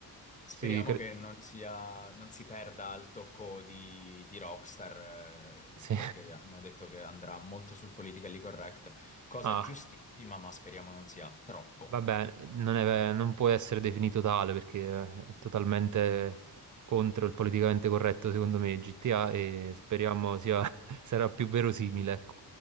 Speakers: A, on the left; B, on the right.
A: Speriamo
B: Sì, cre-
A: che non sia, non si perda il tocco di, di Rockstar, eh,
B: sì.
A: perché
B: <laughs>
A: hanno detto che andrà molto sul politically correct, cosa
B: Ah,
A: giustissima, ma speriamo non sia troppo.
B: Vabbè, non è- non può essere definito tale perché è totalmente contro il politicamente corretto, secondo me, GTA e speriamo sia, <laughs> sarà più verosimile. ecco.